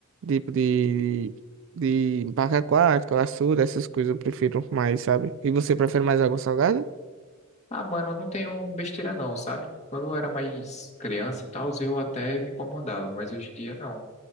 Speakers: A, on the right; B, on the left.
A: tipo de, de barra aquática, açude, essas coisas eu prefiro mais, sabe? E você prefere mais água salgada?
B: Ah, mano, não tem um besteira não, sabe? Quando eu era mais criança e tal, eu até me incomodava, mas hoje em dia não.